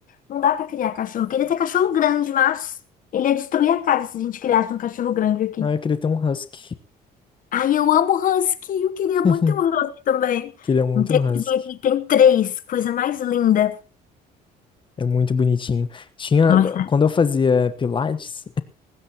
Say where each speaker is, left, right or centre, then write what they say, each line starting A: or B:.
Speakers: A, on the left; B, on the left.
A: Não dá pra criar cachorro. Eu Queria ter cachorro grande, mas ele ia destruir a casa se a gente criasse um cachorro grande aqui.
B: Ah, eu queria ter um husky.
A: Ai, eu amo husky. Eu queria
B: <laughs>
A: muito ter um husky também.
B: Queria muito
A: Um vizinho
B: um husky.
A: aqui que tem três. Coisa mais linda.
B: É muito bonitinho. Tinha,
A: Nossa.
B: quando eu fazia pilates,